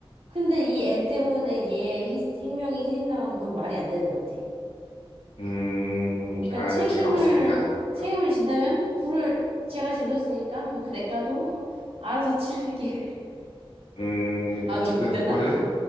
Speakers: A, on the right; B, on the left.
A: 근데 이 애 때문에 얘 희- 생명이 희생당하는 건 말이 안 되는 것 같아.
B: 음,
A: 그러니까
B: 강아지는
A: 책임을,
B: 죄가 없으니까.
A: 책임을
B: 어.
A: 진다면 불을 제가 질렀으니까 뭐 그 대가도 <laughs> 알아서 치르게. <laughs>
B: 음,
A: 아,
B: 어쨌든
A: 너무 못됐나?
B: 불은